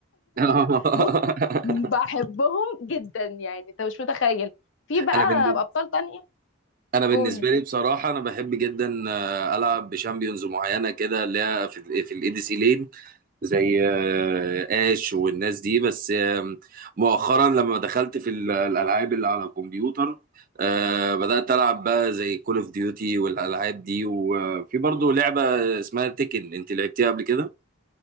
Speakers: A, on the right; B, on the left.
A: <laughs>
B: بص بحبهم جدا يعني انت مش متخيل في بقى
A: انا بالنسبة
B: ابطال تانية
A: انا بالنسبة
B: قول
A: لي بصراحة انا بحب جدا آه، العب بشامبيونز معينة كده اللي هي في في الاي دي سي لين زي آه، اش والناس دي بس آم، مؤخرا لما دخلت في ال- الالعاب اللي على الكمبيوتر آه، بدأت ألعب بقى زي كول اوف ديوتي والألعاب دي وفي برضو لعبة اسمها تيكن انت لعبتيها قبل كده؟